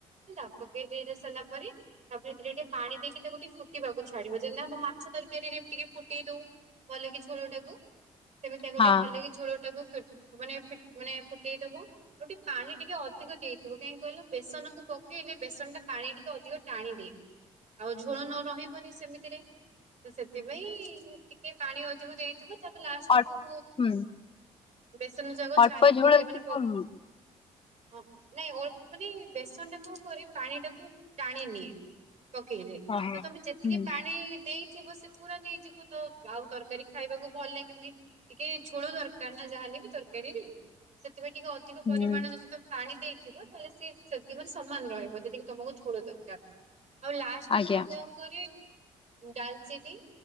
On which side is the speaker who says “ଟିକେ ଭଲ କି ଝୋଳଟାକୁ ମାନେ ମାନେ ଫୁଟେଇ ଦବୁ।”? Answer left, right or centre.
Right